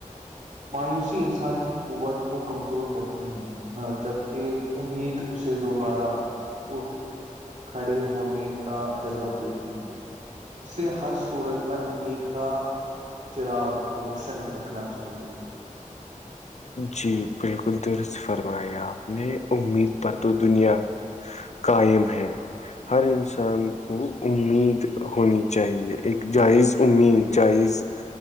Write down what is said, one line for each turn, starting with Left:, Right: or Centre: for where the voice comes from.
Right: مایوسی انسان کی قوت کو کمزور کرتی ہے ہاں جبکہ امید اسے دوبارہ اٹھ کھڑے ہونے کا جذبہ دیتی ہے اس لیے ہر صورت میں امید کا چراغ روشن رکھنا چاہیے
Left: جی بالکل درست فرمایا آپ نے امید پر تو دنیا قائم ہے ہر انسان کو امید ہونی چاہیے ایک جائز امید جائز